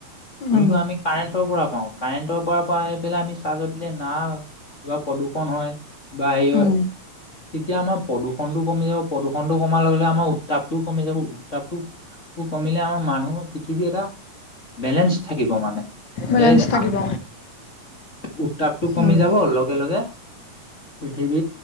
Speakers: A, on the left; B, on the left.
A: যোনটো
B: উম,
A: আমি কাৰেন্টৰ পৰা পাও কাৰেণ্টৰ পৰা পৰা আহি পেলাই আমি চাৰ্জত দিলে না কিবা প্ৰদূষণ হয়। বাহিৰত।
B: উম,
A: তেতিয়া আমাৰ প্ৰদূষণটো কমি যাব প্ৰদূষণ টো কমাৰ লগে আমাৰ উত্তাপটোও কমি যাব। কিতাপ কমিলে আমাৰ মানুহ পৃথিৱী এটা। বেলেঞ্চ থাকিব মানে
B: বেলেঞ্চ
A: যে।
B: থাকিব
A: উত্তাপটো কমি
B: উম,
A: যাব লগে লগে লগে। পৃথিৱী